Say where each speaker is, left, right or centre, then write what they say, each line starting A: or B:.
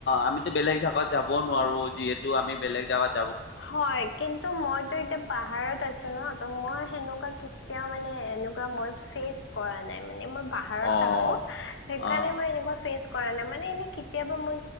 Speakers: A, on the left; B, on the left.
A: আমিতো বেলেগ জাগাত যাব নোৱাৰো যিহেতু আমি বেলেগ জাগাত।
B: হয় কিন্তু মইতো এতিয়া পাহাৰত আছো ন ত মই সেনেকুৱা। তেওঁ মানে এনেকুৱা মই ফেচ কৰা নাই মানে মই। পাহাৰত
A: অ',
B: থাকো সেইকাৰণে
A: অ',
B: মই এনেকুৱ ফেচ। কৰা নাই মানে এনেই কেতিয়াবা মই